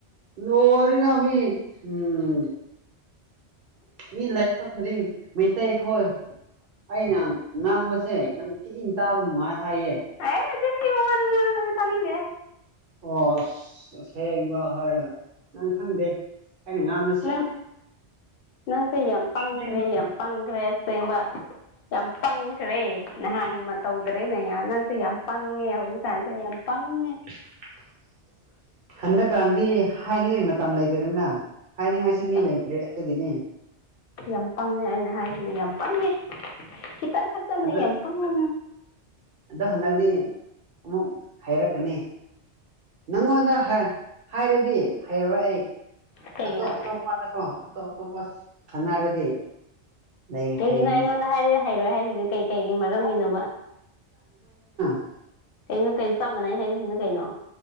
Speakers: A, on the right; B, on the left.
A: <inaudible> ꯎꯝ ꯃꯤ ꯂꯩ <inaudible> ꯃꯩꯇꯩꯈꯣꯏ ꯑꯩꯅ ꯉꯥꯡꯕꯁꯦ ꯌꯥꯝ ꯇꯤꯅ ꯇꯥꯕ ꯅꯨꯡꯉꯥꯏ ꯍꯥꯏꯌꯦ
B: ꯑꯦ ꯆꯤꯟ ꯊꯤꯕꯥ ꯋ꯭ꯗꯣ ꯉꯥꯡꯒꯅꯣ ꯇꯥꯅꯤꯡꯗꯦ
A: ꯑꯣ ꯑꯁ ꯑꯁꯦꯡꯕ ꯍꯥꯏꯔꯒ ꯅꯪ ꯈꯪꯗꯦ ꯑꯩꯅꯥ ꯉꯥꯡꯕ
B: ꯅꯪ ꯅꯪꯁꯦ ꯌꯥꯝ ꯄꯪꯈ꯭ꯔꯦ
A: ꯁꯦꯡꯕ
B: ꯄꯪꯈ꯭ꯔꯦ ꯑꯁꯦꯡꯕ ꯌꯥꯝ ꯄꯪꯈ꯭ꯔꯦ ꯅꯍꯥꯟ ꯃꯇ ꯇꯧꯗ꯭ꯔꯦꯅꯦ ꯅ ꯁꯤ ꯌꯥꯝ ꯄꯪꯉꯦ ꯍꯧꯖꯤꯛꯀꯥꯟꯁꯦ ꯌꯥꯝ ꯄꯪꯉꯦ
A: <inaudible> ꯍꯟꯗꯛꯀꯥꯟꯗꯤ ꯍꯥꯏꯅꯤꯡꯉꯥꯏ ꯃꯇꯝ ꯂꯩꯇ꯭ꯔꯅ ꯍꯥꯏꯅꯤꯡꯉꯥꯏꯁꯨ ꯃꯤ
B: ꯌꯥꯝ
A: ꯂꯩꯇ꯭ꯔꯦ ꯑꯗꯨꯒꯤꯅꯤ
B: ꯌꯥꯝ ꯄꯪꯉꯦ ꯑꯩꯅ ꯍꯥꯏꯁꯤꯅꯦ ꯌꯥꯝ ꯄꯪꯉꯦ ꯈꯤꯇꯪ ꯈꯛꯇꯅꯦ
A: ꯑꯗ
B: ꯌꯥꯝ ꯄꯪꯉꯦ
A: ꯑꯗꯣ ꯍꯟꯗꯛꯇꯤ ꯑꯃꯨꯛ ꯍꯥꯏꯔꯛꯀꯅꯤ ꯅꯪꯉꯣꯟꯗ ꯍꯥꯏꯔꯗꯤ ꯍꯩꯔꯔꯣꯏ ꯑꯩ
B: ꯀꯩꯒꯤꯅꯣ
A: ꯑꯇꯣꯞ ꯑꯇꯣꯞꯄꯗꯀꯣ ꯑꯇꯣꯞ ꯑꯇꯣꯞꯄ ꯊꯅꯔꯗꯤ ꯂꯩ
B: ꯀꯩꯒꯤꯅꯣ
A: ꯍꯥꯏꯒꯅꯤ
B: ꯑꯩꯉꯣꯟꯗ ꯍꯥꯏꯔꯦ ꯍꯩꯔꯣꯏ ꯍꯥꯏꯔꯤꯁꯤꯗꯤ ꯀꯩ ꯀꯩꯒꯤ ꯃꯔꯝꯒꯤꯅꯣꯕ
A: <inaudible> <unintelligible>
B: ꯀꯩꯅꯣ ꯀꯩꯅꯣ ꯆꯞ ꯃꯅꯩ ꯍꯥꯏꯔꯤꯁꯤꯅ ꯀꯩꯅꯣ